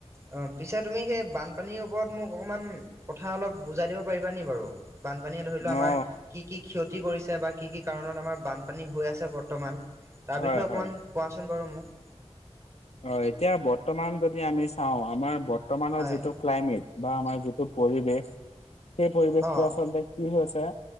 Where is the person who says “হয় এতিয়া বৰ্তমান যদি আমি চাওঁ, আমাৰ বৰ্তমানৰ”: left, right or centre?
Left